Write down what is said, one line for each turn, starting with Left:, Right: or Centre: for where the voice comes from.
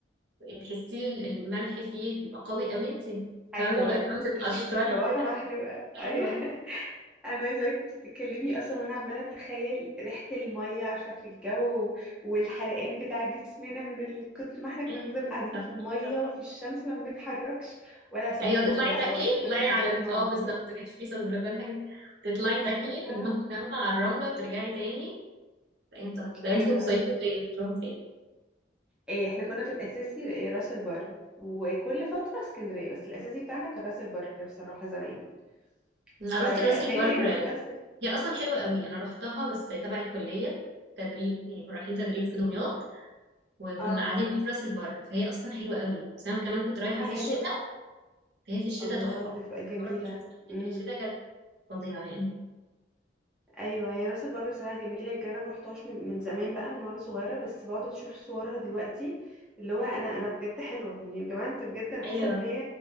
Right: تحسي الملح فيه بيبقى قوي قوي انت
Centre: ايوه
Right: تمام لغايه ما
Centre: تحسي
Right: تتقشري
Centre: انتي مروحه
Right: كده
Centre: محروقه ايوه
Right: ايوه
Centre: <laughs> انا عايزه اقولك انتي بتتكلمي اصلا وانا عماله اتخيل ريحه الميه عارفه في الجو والحرقان بتاع جسمنا من ال- كتر ما احنا كنا
Right: ايوه
Centre: بنفضل قاعدين
Right: صح،
Centre: في الميه
Right: صح.
Centre: وفي الشمس ما بنتحركش ولا سان
Right: ايوه
Centre: بلوك
Right: تطلعي
Centre: بقى
Right: تاكلي
Centre: ولا كل
Right: تطلعي
Centre: الحاجات
Right: على ال-
Centre: الموجوده
Right: اه بالظبط كانش فيه صن بلوك ولا حاجه تطلعي تاكلي
Centre: اه
Right: وتنطي فاهمة على الرمله وترجعي تاني تلاقي انت ده انتوا
Centre: ايوه
Right: بتصيفوا فين بتروحوا فين
Centre: إيه احنا كنا في الاساسي إيه، راس البر وكل فتره اسكندريه بس الاساسي بتاعنا كان راس البر بصراحه زمان
Right: انا
Centre: ف...
Right: رحت راس البر
Centre: فهي تقريبا كانت نفس ال...
Right: هي اصلا حلوه قوي انا رحتها بس تبع الكليه تدريب يعني كنا رايحين تدريب في دمياط وكنا
Centre: اه
Right: قاعدين في راس البر فهي اصلا حلوه قوي بس انا كمان كنت رايحه
Centre: هي
Right: في
Centre: حلوه
Right: الشتاء فهي في الشتاء
Centre: الله
Right: تحفه
Centre: دي تبقى جميلة
Right: ما رحتش
Centre: امم
Right: في الشتاء فظيعة يعني
Centre: ايوه هي راس البر بصراحة جميلة يمكن انا ما رحتهاش من من زمان بقى من وانا صغيرة بس بقعد اشوف صورها دلوقتي اللي هو انا انا بجد حلوة يعني يا جماعة انتوا بجد انا حاسة
Right: أيوة
Centre: ان هي